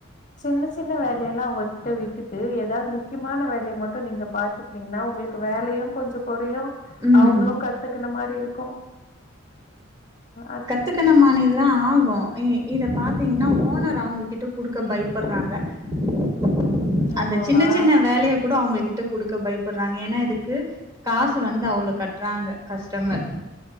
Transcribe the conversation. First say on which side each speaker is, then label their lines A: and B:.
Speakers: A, on the left (about 40°); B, on the right (about 15°).
A: சின்ன சின்ன வேலையல்லா அவுங்ளு ட்ட விட்டுட்டு ஏதா முக்கிமான வேலைய மட்டு நீங்க பாத்துக்கிங்னா ஒங்களுக்கு வேலையு கொஞ்ச கொறயு
B: ம்
A: அவங்ளு கத்துக்கன மாரி இருக்கு அது
B: த்துக்கனமாநீ தா ஆகு இ இத பாத்தீங்னா ஓனர் அவங்கிட்ட குடுக்க பைய்பறாங்க <inaudible> அந்த
A: ஆமாவா
B: சின்ன சின்ன வேலய கூட அவுங்க கிட்ட குடுக்க பையப்புறாங்க ஏனா இதுக்கு காசு வந்து அவ்ளோ கட்றாங்க கஸ்டமர்